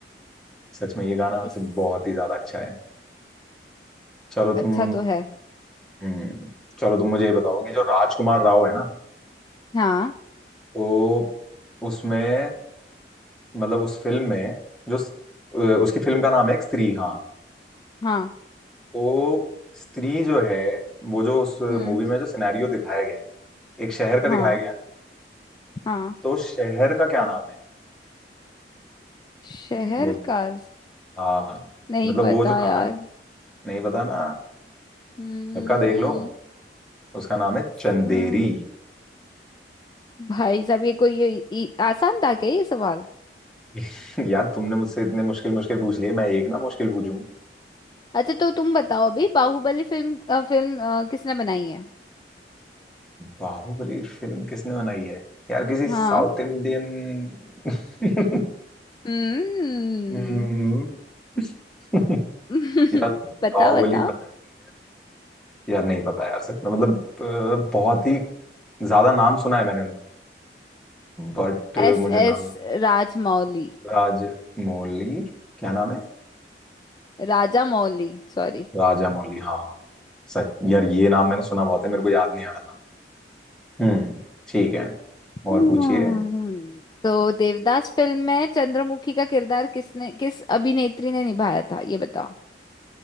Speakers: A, in the centre; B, on the left (about 25°).
A: सच में ये गाना वैसे
B: इस
A: बहुत ही ज्यादा अच्छा है चलो
B: अच्छा
A: तुम
B: तो है
A: हम्म चलो तुम मुझे ये बताओ कि जो राजकुमार राव है ना
B: हाँ
A: तो उसमें मतलब उस फिल्म में जो स- अ, उसकी फिल्म का नाम है एक स्त्री हाँ
B: हाँ
A: तो स्त्री जो है वो जो उस
B: हम्म
A: मूवी में जो सिनेरियो दिखाया गया है एक शहर का
B: हाँ
A: दिखाया गया है
B: हाँ
A: तो उस शहर का क्या नाम है
B: शहर
A: बोल
B: का स-
A: हाँ हाँ,
B: नहीं
A: मतलब
B: पता
A: वो जो कहानी
B: यार
A: नहीं पता ना
B: हम्म
A: पक्का देख लो उसका नाम है
B: स-
A: चंदेरी
B: भाई साहब ये कोई ये, ये, आसान था क्या ये सवाल
A: <laughs> यार तुमने मुझसे इतने मुश्किल मुश्किल पूछ लिए मैं एक ना मुश्किल पूछूं
B: अच्छा तो तुम बताओ अभी बाहुबली फिल्म अ, फिल्म अ, किसने बनाई है
A: बाहुबली फिल्म किसने बनाई है यार किसी
B: हाँ
A: साउथ इंडियन <laughs>
B: हम्म
A: हम्म, <laughs>
B: <laughs>
A: यार
B: बताओ
A: बाहुबली
B: बताओ
A: बनाई यार नहीं पता यार सच में मतलब अ, बहुत ही ज्यादा नाम सुना है मैंने उनका बट
B: S
A: मुझे
B: S
A: नाम
B: Rajamouli
A: राजमौली क्या नाम है
B: Rajamouli sorry
A: राजा मौली हाँ सच यार ये नाम मैंने सुना बहुत है मेरे को याद नहीं आ रहा था हम्म ठीक है और
B: हम्म।
A: पूछिए
B: तो देवदास फिल्म में चंद्रमुखी का किरदार किसने किस अभिनेत्री ने निभाया था ये बताओ